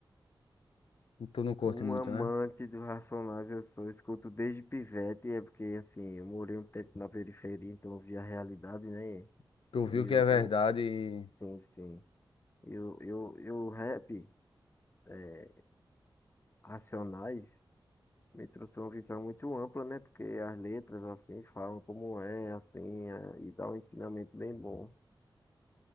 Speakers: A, on the left (about 80°); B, on the left (about 25°).
A: Tu não curte
B: um
A: muito,
B: amante
A: né?
B: do Racionais eu sou, escuto desde pivete, é porque assim, eu morei um tempo na periferia, então eu vi a realidade, né?
A: Tu
B: E
A: viu que
B: o,
A: é
B: o-
A: verdade e
B: sim, sim. E o, e o, e o rap, é, Racionais, me trouxe uma visão muito ampla, né? Porque as letras, assim, falam como é, assim, é, e dá um ensinamento bem bom,